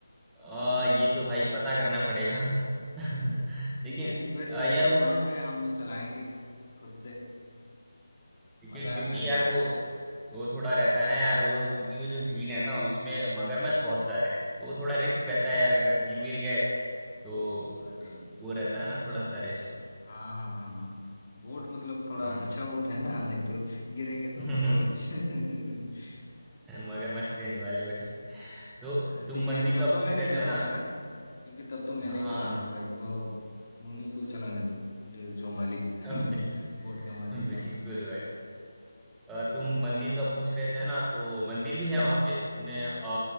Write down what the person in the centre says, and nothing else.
आ,
ये तो भाई पता करना पड़ेगा <laughs> लेकिन
आ,
यार वो
क्यों, क्योंकि
यार वो वो थोड़ा रहता है ना यार वो क्योंकि वो जो झील है ना उसमें मगरमच्छ बहुत सारे हैं तो वो थोड़ा रिस्क रहता है यार अगर गिर गिर गए तो
वो रहता है ना
थोड़ा सा रिस्क
हाँ
<laughs>
मगरमच्छ के निवाले बने तो
तुम
मंदिर
का
पूछ
रहे
थे ना
हाँ
<laughs>
बिल,
बिल्कुल
भाई अ, तुम मंदिर का पूछ रहे थे ना तो मंदिर भी है वहां पे तुमने अ,